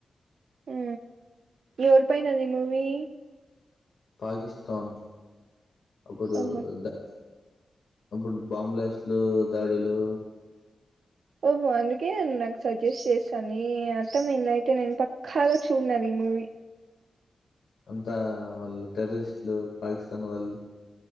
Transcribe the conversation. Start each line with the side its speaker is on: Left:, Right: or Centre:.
Right: ఉ ఎవరి పైనది మూవీ
Left: పాకిస్తాన్ అప్పుడు
Right: ఓహో
Left: ద అప్పుడు బాంబ్ బాస్ట్లు, దాడులు
Right: ఓహో అందుకేన నాకు సజెస్ట్ చేస్తోంది అర్థం అయిందిలే అయితే నేను పక్కాగా చూడను ఆ మూవీ
Left: అంతా వాళ్ళు టెర్రరిస్ట్లు పాకిస్ అమ్మ వాళ్ళు